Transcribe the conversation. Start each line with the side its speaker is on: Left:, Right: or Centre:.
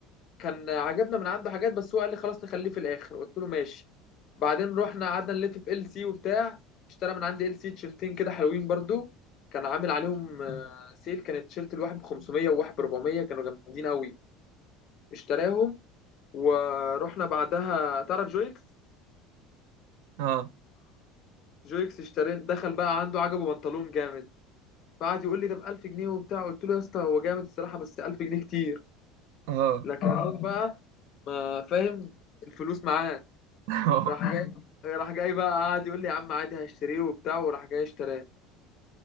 Left: كان عجبنا من عنده حاجات بس هو قال لي خلاص نخليه في الاخر قلت له ماشي بعدين رحنا قعدنا نلف في ال سي وبتاع اشترى من عندي ال سي تيشرتين كده حلوين برضو كان عامل عليهم آه، سيل كان التيشيرت الواحد ب 500 وواحد ب 400 كانوا جامدين قوي اشتراهم ورحنا بعدها تعرف جويكس
Right: اه
Left: جويكس اشترين دخل بقى عنده عجبه بنطلون جامد فقعد يقول لي ده ب 1000 جنيه وبتاع قلت له يا اسطى هو جامد الصراحه بس 1000 جنيه كتير
Right: اه
Left: لكن هو بقى ما فاهم الفلوس معاه
Right: <laughs>
Left: راح
Right: اه
Left: جاي <laughs> راح جاي بقى قعد يقول لي يا عم عادي هشتريه وبتاع وراح جاي اشتراه